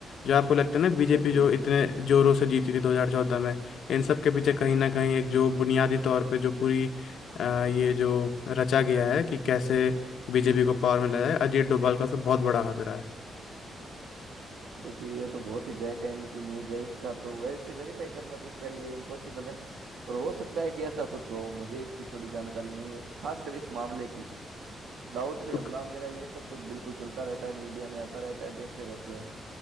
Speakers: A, on the left; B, on the right.
A: जो आपको लगता है ना बीजेपी
B: क्या किया
A: जो इतने जोरों से जीती थी 2014 में इन सब के पीछे कहीं ना कहीं एक जो बुनियादी तौर पे जो पूरी अ, ये जो रचा गया है कि कैसे बीजेपी को पावर में लाया जाए अजीत डोभाल का उसमें बहुत बड़ा हाथ रहा है
B: देखिए ये तो बहुत ही बैक एंड की न्यूज़ है इसका तो वैसे वेरीफाई करना तो इसके लिए इम्पॉसिबल है पर हो सकता है कि ऐसा कुछ हो मुझे इसकी थोड़ी जानकारी नहीं है खासकर इस मामले की दाऊद पे
A: तो
B: हमला वगैरह ये सब तो बिल्कुल चलता रहता है मीडिया में आता रहता है देखते रहते हैं